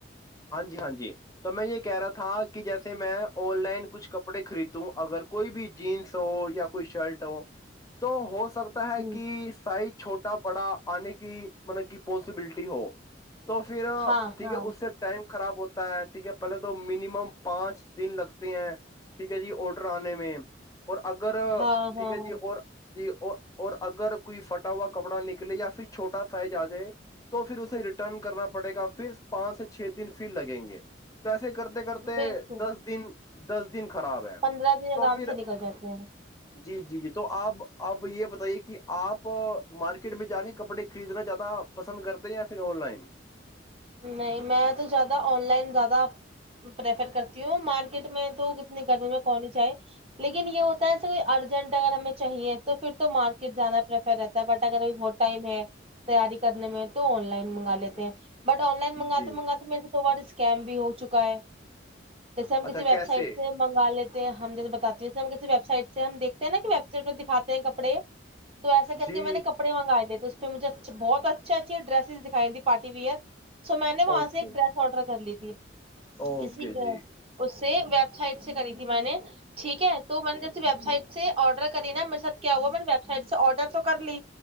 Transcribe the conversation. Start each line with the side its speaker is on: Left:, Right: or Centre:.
Left: ہاں جی ہاں جی تو میں یہ کہہ رہا تھا کہ جیسے میں آن لائن کچھ کپڑے خریدتاوں اگر کوئی بھی جینس ہو یا کوئی شرٹ ہو تو ہو سکتا <inaudible>
Right: ہوں،
Left: کہ سائ چھوٹ پڑا آنے کی مطلب کی پوسبلٹی ہو تو پھر
Right: ہاں
Left: ٹھیک
Right: ہاں
Left: ہے اس سے ٹائم خراب ہوتا پ <unintelligible> ٹھیک ہے پہلے تو منیمم پانچ دن لگتے ہیں ٹھیک ہے جی آڈر آنے میں اور اگر
Right: ہاں ہاں
Left: ٹھیک ہے جی اور جی اور اگر کوئی فھٹا ہوا کپڑا نکلے یا پھر چھوٹا سائز آ جائے تو پھر اسے ریٹرن کرنا پڑے گا پھر پانچ سے چھ دن پھر لگیں گے تو ایسے کرتے کرتے
Right: بالکل
Left: دس دن دس دن خراب ہے
Right: پندرہ دن آرام
Left: تو پھر
Right: سے نکل جاتے ہیں
Left: جی جی جی تو آپ اب یہ پتا یہ کہ آپ مارکیٹ میں جا کے کپڑے خریدنا زیادہ پسند کرتے یا پھر آن لائن
Right: نہیں میں تو زیادہ آن لائن زیادہ پریفر کرتی ہوں مار مارکیٹ میں تو کتنی گرمی میں کہنی جائے لیکن یہ ہوتا ہے ایسے کو ارجنٹ اگر ہمیں چاہیے تو پھر تو مارکیٹ جانا پریفر رہتا ہے بٹ اگر بہت ٹائم ہے تیاری کرنے میں تو آن لائن منگا لیتے ہیں بٹ آن لائن منگا
Left: جی
Right: مگاتے م تو کیم بھی ہو چکا ہے جیے ہم کسی
Left: اچھا
Right: ویب
Left: کیسے
Right: سائٹ سے منگا لیتے <unintelligible> ہم جیسے بتات ہیں ہم کسی ویب سائٹ سے ہم دیکتے ہیں نا کہ ویب سائٹہ دکھاتے ہیں کپڑے تو ایسا کر
Left: جی
Right: کے میں نے کپڑے منگا لیے پ مجھے ا بہت اچھے اچھے ڈریس دکھائی دییں پارٹی ویئر سو میں نے وہاں
Left: اوکے
Right: سے ایک ڈریس آرڈر کر لی تھی <unintelligible>
Left: اوکے
Right: کسی
Left: جی
Right: اہ، اس ویب سائٹ سے کری تھی میں نے ٹھیک ہے تو میں نے
Left: جی
Right: جیے ویب سائٹ
Left: جی
Right: سے آرڈر کری نا میرے ساتھ کیا ہوا میں نے ویب سائٹ سے آرڈر تو کر لی